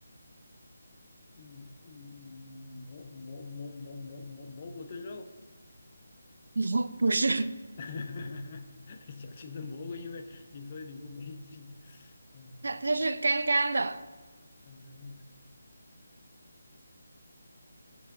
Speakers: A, on the left (about 35°); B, on the right (about 60°).
A: 嗯嗯，蘑蘑蘑蘑蘑蘑蘑菇炖肉，
B: <laughs> 不不是，
A: <laughs> 小区的蘑菇，因为你说你面没菌，嗯，
B: 它它是干干的，
A: 干干的，